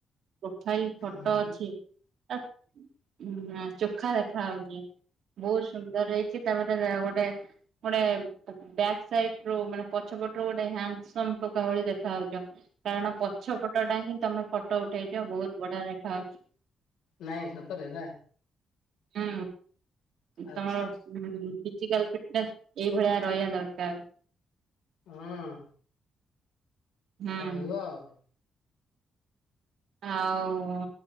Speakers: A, on the right; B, on the left.
A: ପ୍ରୋଫାଇଲ ଫଟୋ
B: ହୁଁ
A: ଅଛି। ଆ ଚୋଖା ଦେଖା ହଉଚି। ବୋହୁତ ସୁନ୍ଦର ହେଇଚି ତାପରେ ଗୋଟେ ଗୋଟେ ବ୍ୟାକ୍ ସାଇଟ ଟ୍ରୋ ମା ପଛ ପଟରୁ ଗୋଟେ ହ୍ୟାଣ୍ଡ ସମ୍ ଟୋକା ଭଳି ଦେଖା ହାଉଛ। କାରଣ ପଛ ପଟଟା ହିଁ ତମେ ଫଟୋ ଉଠେଇଛ ବହୁତ ବଢିଆ ଦେଖା ହଉଛି।
B: ନାଇଁ ସତରେ ନା।
A: ହୁଁ
B: ଆଚ୍ଛା
A: ତମର ହୁଁ ଫିିଚିକାଲ ଫିଟନେସ ଏଇଭଳିଆ ରହିବା ଦରକାର।
B: ହଁ।
A: ହୁଁ
B: ରହିବ ଆଉ।
A: ଆଉ